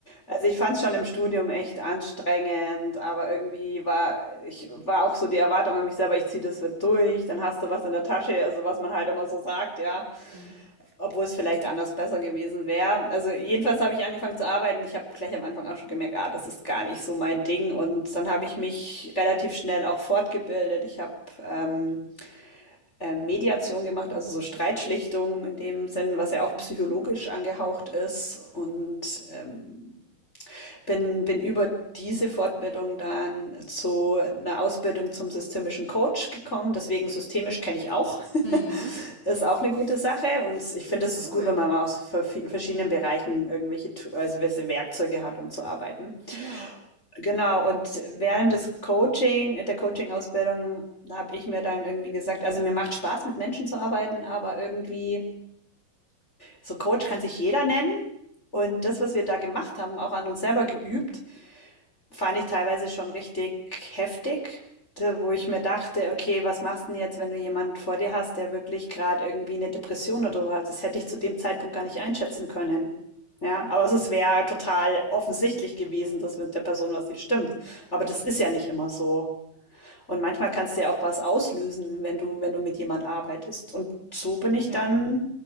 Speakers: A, on the left; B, on the right.
A: also ich fand es schon im Studium echt anstrengend, aber irgendwie war, ich war auch so die Erwartung an mich selber, ich ziehe das wird durch, dann hast du was in der Tasche, also was man halt immer so sagt, ja.
B: Hm.
A: Obwohl es vielleicht anders besser gewesen wäre. Also jedenfalls habe ich angefangen zu arbeiten. Ich habe gleich am Anfang auch schon gemerkt, ah, das ist gar nicht so mein Ding. Und dann habe ich mich relativ schnell auch fortgebildet. Ich habe ähm, äh, Mediation gemacht, also so Streitschlichtung in dem Sinn, was ja auch
B: Mhm.
A: psychologisch angehaucht ist. Und ähm, bin, bin über diese Fortbildung dann zu einer Ausbildung zum systemischen Coach gekommen. Deswegen systemisch kenne ich auch.
B: Mhm.
A: <laughs> Ist auch eine gute Sache und ich finde, es
B: Cool.
A: ist gut, wenn man mal aus ver- verschiedenen Bereichen irgendwelche, Tu- also welche Werkzeuge hat, um zu arbeiten.
B: Ja.
A: Genau, und während des Coaching, der Coaching-Ausbildung habe ich mir dann irgendwie gesagt, also mir macht Spaß, mit Menschen zu arbeiten, aber irgendwie, so Coach kann sich jeder nennen. Und das, was wir da gemacht haben, auch an uns selber geübt, fand ich teilweise schon richtig heftig, da- wo ich mir dachte, okay, was machst du denn jetzt, wenn du jemanden vor dir hast, der wirklich gerade irgendwie eine Depression oder so hat? Das hätte ich zu dem Zeitpunkt gar nicht einschätzen können. Ja, aber es
B: Mhm.
A: wäre total offensichtlich gewesen, dass mit der Person was nicht stimmt. Aber das ist ja nicht immer so. Und manchmal kannst du ja auch was auslösen, wenn du, wenn du mit jemand arbeitest. Und so bin ich
B: Ja.
A: dann